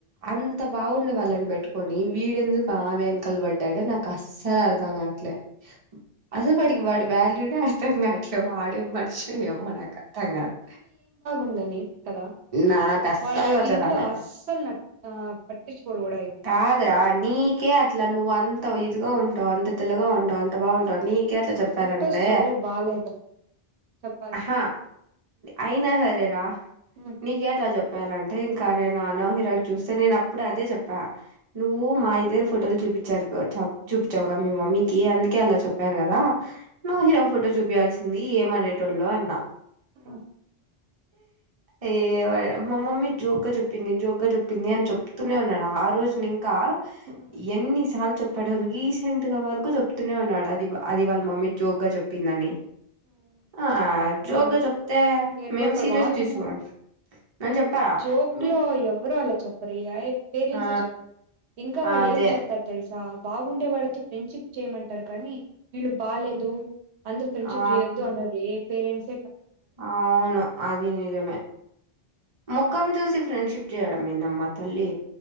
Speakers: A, on the right; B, on the right.
A: అంత బాగుండే వాళ్ళని పెట్టుకొని వీడెందుకు ఆమె వెనకల పడ్డాడు నాకు అస్సలు అర్థం కావట్లే అసలు వాడికి వాడి వాల్యూనే అర్థం కా వట్లే వాడే మనిషం ఏమో నాకు అర్థం కాదు
B: ఉందని కదా
A: నాకు అస్సలు
B: వాళ్ళ
A: నచ్చదు
B: ఇంట్లో
A: ఆమె
B: అస్సలు న ఆ పట్టించుకోరు కూడా ఏమంది
A: కాదురా నీకే అట్లా నువ్వు అంత ఇదిగా ఉంటావు అంత తెల్లగా ఉంటావు అంత బాగుంటావు నీ అందుకే అట్లా చెప్పారంటే
B: ఆ ఫొటోస్ లో బాలేదురా చెప్పాలంటే
A: హ అయినా సరేరా
B: ఉమ్
A: నీకేటా చెప్పారు అంటే ఇంకా నేను నాన్నో హీరో చూస్తే నేను అప్పుడు అదే చెప్పా నువ్వు మా ఇద్దరి ఫోటోలు చూపిచి చూపించావుగా మీ మమ్మీ కి అందుకే అలా చెప్పారు కదా నువ్వు హీరో ఫోటో చూపియాల్సింది ఏమనే టూలో అన్నా
B: ఉమ్
A: ఏ మా మమ్మీ జోక్ గా చొప్పింది జోగా చొప్పింది అంట చెప్తూనే ఉన్నాడు ఆ రోజు ఇంకా
B: ఉమ్
A: ఎన్ని సార్లు చెప్పడురిగిస్ ఇంతగా వరకు చెప్తూనే ఉన్నాడు అది అది వాళ్ళ మమ్మీ జోక్ గా చెప్పిందని
B: ఉమ్
A: ఆ జోక
B: ఆ
A: చెప్తే
B: ఎరుపాపలు
A: మేం సీరియస్
B: వానేమో
A: తీసు అని చెప్పా
B: జోక్
A: మీ
B: లో ఎవరు అలా పేరెంట్స్
A: ఆ
B: చెప్పారు ఇంకా వాళ్ళు
A: అదే
B: ఏం చెప్తారు తెలుసా బాగుండే వాళ్ళతో ఫ్రెండ్షిప్ చేయమంటారు కానీ వీళ్ళు బాలేదు అందు ఫ్రెండ్షిప్
A: ఆ
B: చేయద్దు అన్నది పేరంట్స్
A: అవును అది నిజమే ముఖం చూసి ఫ్రెండ్షిప్ చేయడం ఏందమ్మా తల్లి